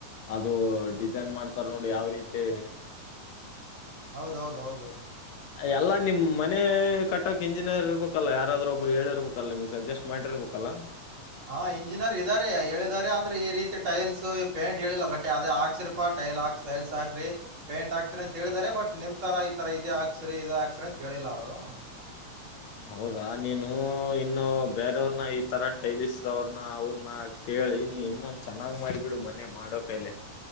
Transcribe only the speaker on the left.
ಅದು ಡಿಸೈನ್ ಮಾಡ್ತಾರ ನೋಡಿ ಯಾವ ರೀತಿ
ಎಲ್ಲ ನಿಮ್ ಮನೆ ಕಟ್ಟಕ್ ಇಂಜಿನಿಯರ್ ಇರ್ಬೇಕಲ್ಲ ಯಾರಾದ್ರೂ ಒಬ್ರು ಹೇಳಿರ್ಬೇಕಲ್ಲ ನಿಮ್ ಸಜಸ್ಟ್ ಮಾಡಿರ್ಬೇಕು ಕಲ
ಹ ಹೌದಾ ನೀನು ಇನ್ನು ಬೇರವ್ರನ ಈ ತರ ಟೈಲಸ್ವ್ರನ ಅವ್ರನ ಕೇಳ ಹೇಳಿ ನೀ ಇನ್ನೊ ಚೆನ್ನಾಗ್ ಮಾಡ್ಬಿಡು ಮನೆ ಮಾಡೋಪೇಲೆ